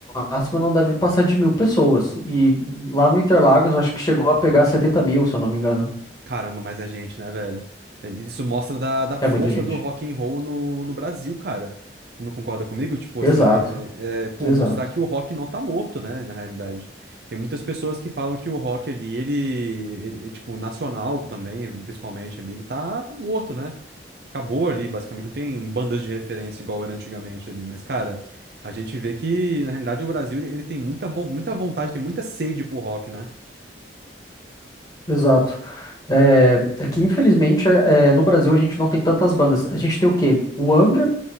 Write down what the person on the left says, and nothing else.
máxima não deve passar de mil pessoas. E lá no Interlagos, eu acho que chegou a pegar setenta mil, se eu não me engano.
É muita gente.
Exato,
exato,
exato. É, é que, infelizmente, é, é, no Brasil a gente não tem tantas bandas. A gente tem o quê? O Angra.